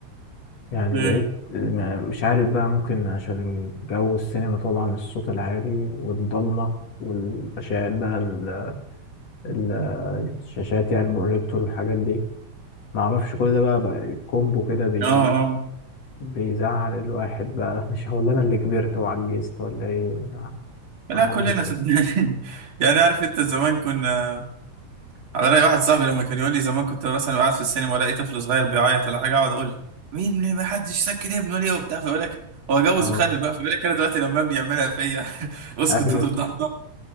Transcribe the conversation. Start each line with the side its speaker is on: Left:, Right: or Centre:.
Left: يعني
Right: ايه
Left: بقيت ما- مش عارف بقى ممكن عشان جو السينما طبعا الصوت العالي والضلمة والأشعاعات بقى ال- ال- الشاشات يعني البروجيكتور والحاجات دي معرفش كل ده بقى, بقى كومبو كده بي
Right: اه اه
Left: بيزعل الواحد بقى <laughs> مش هو اللي انا اللي كبرت وعجزت ولا ايه ما
Right: لا
Left: ما حدش
Right: كلنا
Left: فاهم
Right: صدقني <laughs> يعني عارف انت زمان كنا على رأي واحد صاحبي لما كان يقول لي زمان كنت مثلا قاعد في السينما والاقي طفل صغير بيعيط ولا حاجه اقعد اقول مين مين- ما حدش سكت ابنه ليه وبتاع فيقول لك هو جوز
Left: اه
Right: وخلف بقى فيقول لك انا دلوقتي لما ابني يعملها فيا <laughs> اسكت
Left: ايوه
Right: هتفضحنا